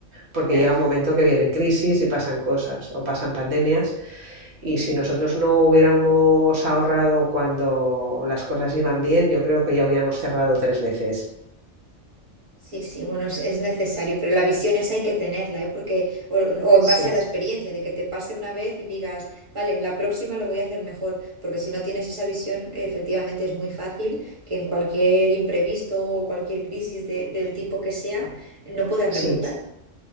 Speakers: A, on the right; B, on the right.
A: porque
B: claro.
A: llega un momento que vienen crisis y pasan cosas o pasan pandemias y si nosotros no hubiéramos ahorrado cuando las cosas iban bien, yo creo que ya hubiéramos cerrado tres veces.
B: Sí, sí, bueno, es, es necesario, pero la visión esa hay que tenerla, ¿eh? Porque, o, o en
A: Sí,
B: base a la experiencia, de que te pase una vez y digas, vale, la próxima lo voy a hacer mejor, porque si no tienes esa visión, efectivamente es muy fácil que en cualquier imprevisto o cualquier crisis de- del tipo que sea, no puedas
A: sí.
B: remontar.